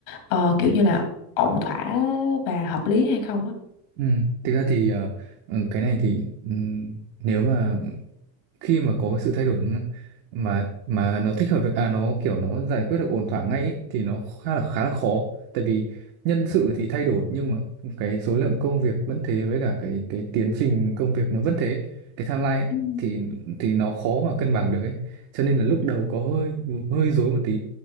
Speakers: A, on the left (about 50°); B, on the right (about 40°).
A: ờ, kiểu như là ổn thỏa và hợp lý hay không á
B: ừ. thực ra thì ờ, ừ, cái này thì ừ, nếu mà khi mà có sự thay đổi mà mà nó thích hợp được à nó kiểu nó giải quyết được ổn thỏa ngay ý, thì nó khá là khá là khó tại vì nhân sự
A: Ừ,
B: thì thay đổi nhưng mà cái số lượng công việc vẫn thế với cả cái cái tiến trình công việc nó vẫn thế cái timeline ấy,
A: ừ, ừ,
B: thì thì nó khó mà cân bằng được ấy cho nên là lúc
A: ừ.
B: đầu có hơi hơi rối một tí